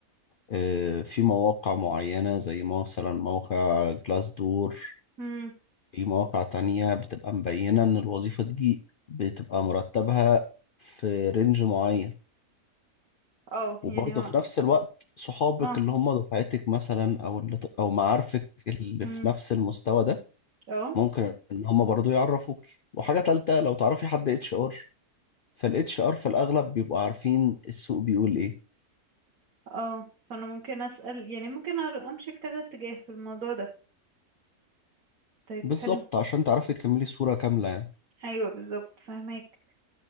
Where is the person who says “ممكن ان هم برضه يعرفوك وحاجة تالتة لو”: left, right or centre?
Left